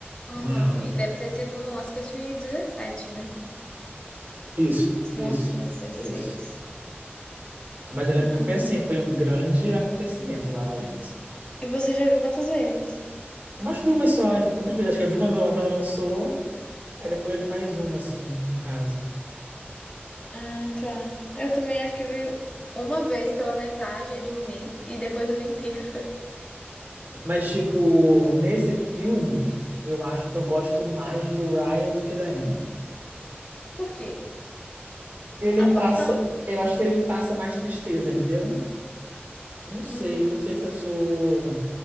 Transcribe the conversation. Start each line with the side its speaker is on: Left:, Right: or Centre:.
Left: Aham.
Right: Não lembro.
Left: E deve ter sido no Oscar de dezessete né?
Right: Isso,
Left: Se
Right: isso,
Left: lançou em 16.
Right: isso. Mas eu lembro
Left: Uhum.
Right: que foi assim, foi um grande acontecimento lá La La Land.
Left: E você já viu quantas vezes?
Right: Umas duas só, eu vi poucas vezes. Acho que eu vi quando, quando lançou, aí depois eu vi mais uma, assim, em casa.
Left: Ah, tá. Eu também acho que vi uma vez pela metade e dormi, e depois eu vi inteiro.
Right: Mas, tipo, nesse filme, eu acho que eu gosto mais do Ryan do que da Emma.
Left: Por quê?
Right: Ele
Left: Atuação?
Right: me passa, eu acho que ele me passa mais tristeza, entendeu? Não
Left: Hum,
Right: sei, não sei se eu sou.